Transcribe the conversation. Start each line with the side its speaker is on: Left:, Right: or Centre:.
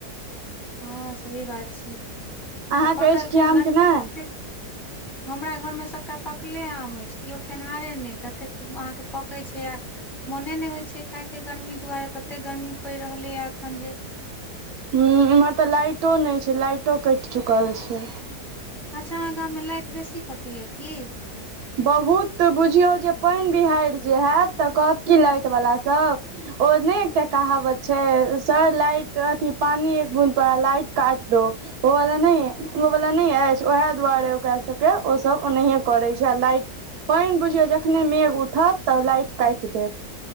Centre: हँ सही बात छै
Right: अहाँके
Centre: आ पके
Right: अछि
Centre: एखन
Right: कि आम
Centre: गर्मी
Right: कि नहि
Centre: ततेक हमरा घरमे सबटा पकले आम ऐछ केओ खेनहारे नै ततेक अहाँके पकै छै आ मोने नै होइ छै खायके गर्मी दुआरे तते गर्मी पड़ि रहलैए एखन जे
Right: हुं एमहर त लाइटो नै छै, लाइटो कैट चुकल छै।
Centre: अच्छा अहाँ गाममे लाइट बेसी कटैये की?
Right: बहुत बुझियौ जे पानि बिहैड़ जे हैत त कहत की लाइट वला सब ओ नै एकटा कहावत छै सर लाइट अथि पानी एक बुंद परा लाइट काट दो। ओ वाला नै ओ वाला नै ऐछ वैह दुआरे ओकरा सब के ओ सब ओनहियें करै छै। लाइट, पानि बुझियौ जखने मेघ उठत त लाइट काटि देत।